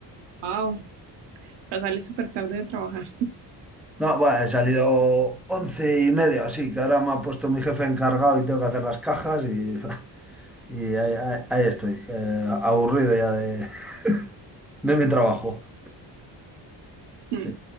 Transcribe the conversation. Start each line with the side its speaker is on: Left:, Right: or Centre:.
Right: Wow, ya sales súper tarde de trabajar. <laughs>
Centre: No, bueno, he salido once y medio, así que ahora me ha puesto mi jefe encargado y tengo que hacer las cajas y... <laughs> Y ahí, ahí- ahí estoy, eh, aburrido ya de, <laughs> de mi trabajo.
Right: Mm,
Centre: Sí.